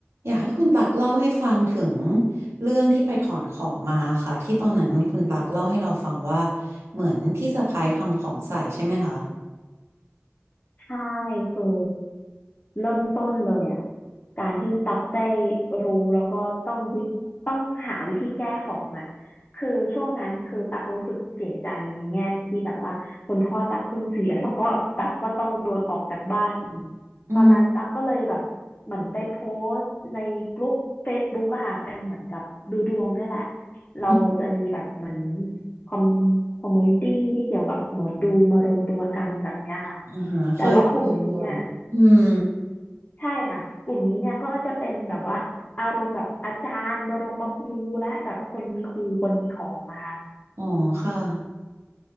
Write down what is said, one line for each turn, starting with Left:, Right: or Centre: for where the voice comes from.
Right: อยากให้คุณตักเล่าให้ฟังถึงเรื่องที่ไปถอนของมาค่ะที่ตอนนั้นคุณตักเล่าให้เราฟังว่าเหมือนพี่สะพ้ายทำของใส่ใช่ไหมคะ
Left: ใช่คือเริ่มต้นเลยอ่ะการที่ตักได้รู้แล้วก็ต้องวิต้องหาวิธีแก้ของอ่ะคือช่วงนั้นคือตักรู้สึกเสียใจในแง่ที่แบบว่าคุณพ่อตักเพิ่งเสียแล้วก็ตักก็ต้องโดนออกจากบ้านอีก
Right: อืม
Left: ตอนนั้นตักก็เลยแบบเหมือนไปโพสต์ในกลุ่มเฟซบ b ๊กอะค่ะเป็นเหมือนกับดูดวงเนี่ยแหละ เราจะมีแบบเหมือน
Right: อืม
Left: คอมคอมมูนิตี้ที่เกี่ยวกับหมอดูมารวมตัวกันแบบเนี้ยค่ะ
Right: อ่าฮะเคยเจอของอืม
Left: แต่ว่ากลุ่มนี้เนี่ยใช่ค่ะกลุ่มนี้เนี่ยก็จะเป็นแบบว่าอารมณ์แบบอาจารย์บรมครูและแบบคนมีครูคนมีของอะค่ะ
Right: อ๋อค่ะ